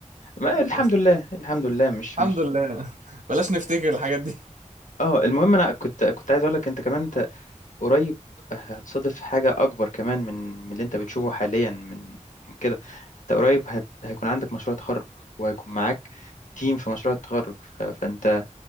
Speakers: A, on the left; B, on the right.
A: ما الحمد
B: بس
A: لله الحمد لله مش
B: الحمد
A: مش
B: لله
A: مش هشتكي
B: بلاش نفتكر الحاجات دي <laughs>
A: اه المهم انا كنت كنت عايز اقول لك انت كمان انت قريب آه، هتصادف حاجه اكبر كمان من من اللي انت بتشوفه حاليا من من كده انت قريب هت... هيكون عندك مشروع تخرج وهيكون معاك تيم في مشروع التخرج ف... فانت